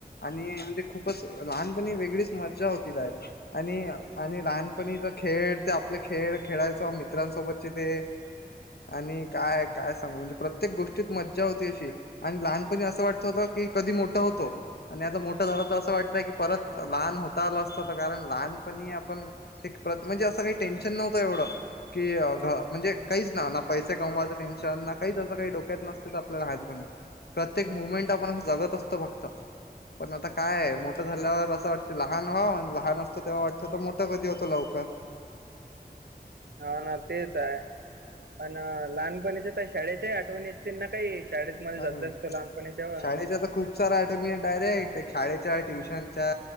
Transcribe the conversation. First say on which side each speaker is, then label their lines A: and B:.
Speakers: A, on the left; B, on the right.
A: आणि म्हणजे खूपच लहानपणी वेगळीच मजा होती डायरेक्ट. आणि आणि लहानपणीचा खेळ ते, आपले खेळ खेळायच मित्रांसोबतचे ते. आणि काय काय सांगू म्हणजे, प्रत्येक गोष्टीत मज्जा होती अशी. आणि लहानपणी असं वाटत होत, की कधी मोठा होतो. आणि आता मोठं झालं तर असं वाटतंय की, परत लहान होता आलं असत तर कारण लहानपणी आपण. ते म्हणजे असं काही टेन्शन नव्हतं, एवढं की घ म्हणजे. काहीच ना ना पैसे कमवायचं टेन्शन ना, काही त्याचं काही डोक्यात नसतेच आपल्याला लहानपणी. प्रत्येक मुमेंट आपण असं जगत असतो फक्त. पण आता काय मोठं झाल्यावर असं वाटत लहान व्हावं. लहान असतो तेव्हा वाटतं मोठा कधी होतो लवकर.
B: हा ना तेच आहे. पण लहानपणीच्या तर शाळेच्या आठवणी असतील ना काही. शाळेत
A: अरे
B: <unintelligible> असतं लहानपणी तेव्हा.
A: शाळेच्या तर खूप सारा आठवणी डायरेक्ट शाळेच्या ट्युशनच्या.